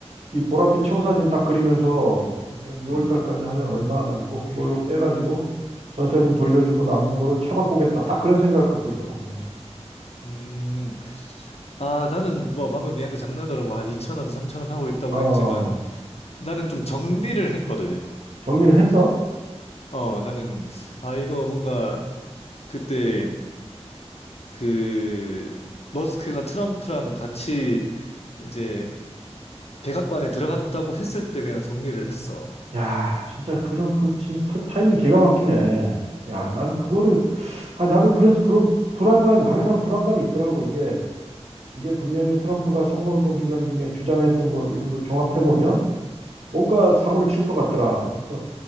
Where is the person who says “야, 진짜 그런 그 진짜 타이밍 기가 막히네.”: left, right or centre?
Right